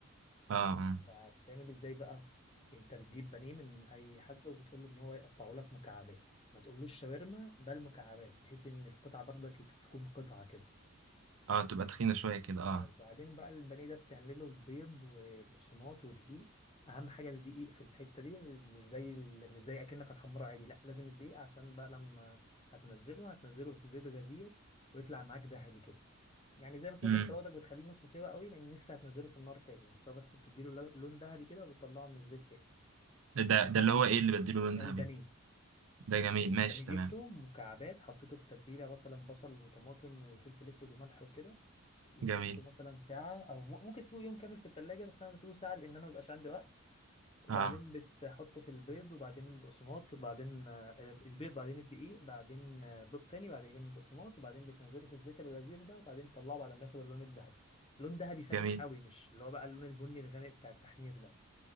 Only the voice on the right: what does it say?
اه
اه تبقى تخينه شويه كده اه
امم
ده ده اللي هو ايه اللي بديله لون
ذهبي
ده جميل ماشي
تمام
جميل
اه
جميل